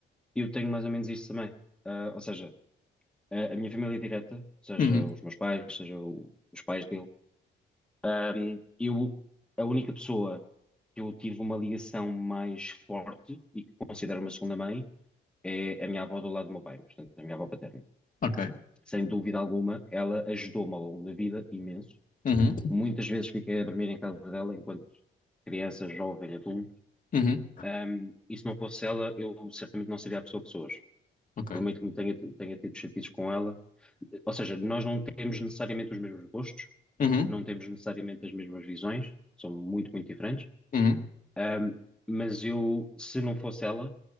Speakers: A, in the centre; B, on the left.
A: eu tenho mais ou menos isso também. Ah, ou seja, a, a minha família é direta, seja
B: Uhum,
A: os meus pais, seja o- os pais dele, Ahm, eu, a única pessoa que eu tive uma ligação mais forte e que considero uma segunda mãe é a minha avó do lado do meu pai, portanto, a minha avó paterna.
B: ok.
A: Sem dúvida alguma, ela ajudou-me ao longo da vida imenso.
B: Uhum,
A: Muitas vezes fiquei a dormir em casa dela enquanto criança, jovem, adulto.
B: uhum,
A: Ahm, e se não fosse ela, eu certamente não seria a pessoa que sou hoje.
B: ok.
A: Por muito que me tenha, tenha tido chatices com ela. Ou seja, nós não temos necessariamente os mesmos gostos,
B: Uhum.
A: não temos necessariamente as mesmas visões, são muito, muito diferentes
B: Uhum,
A: Ahm, mas eu, se não fosse ela,